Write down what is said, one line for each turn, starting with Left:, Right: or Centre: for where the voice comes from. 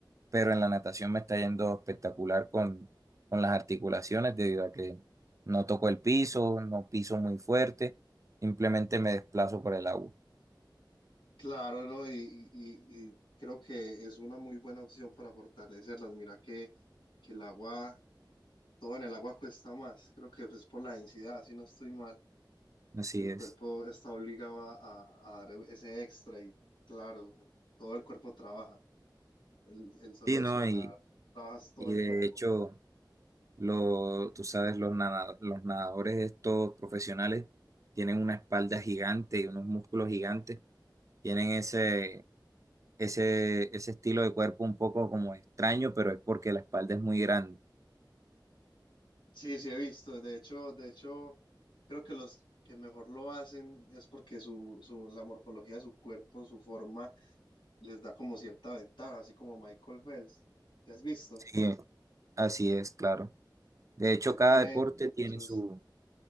Right: pero en la natación me está yendo espectacular con, con las articulaciones debido a que no toco el piso, no piso muy fuerte, simplemente me desplazo por el agua.
Left: Claro, ¿no? Y, y- y- y creo que es una muy buena opción para fortalecerlas. Mira que, que el agua Todo en el agua cuesta más, creo que es por la densidad, si no estoy mal,
Right: Así
Left: que el
Right: es.
Left: cuerpo está obligado a, a dar ese extra y claro, todo el cuerpo trabaja, el, el solo
Right: Sí,
Left: hecho
Right: ¿no?
Left: de
Right: Y,
Left: nadar, trabajas todo
Right: y
Left: el
Right: de
Left: cuerpo.
Right: hecho, lo, tú sabes, los, nada- los nadadores estos profesionales tienen una espalda gigante y unos músculos gigantes, tienen ese, ese, ese estilo de cuerpo un poco como extraño, pero es porque la espalda es muy grande.
Left: Sí, sí he visto, de hecho, de hecho, creo que los que mejor lo hacen es porque su, su, la morfología de su cuerpo, su forma, les da como cierta ventaja, así como Michael Phelps, que has visto?
Right: Sí, así es, claro. De hecho,
Left: Que él
Right: cada
Left: tiene
Right: deporte tiene
Left: sus...
Right: su,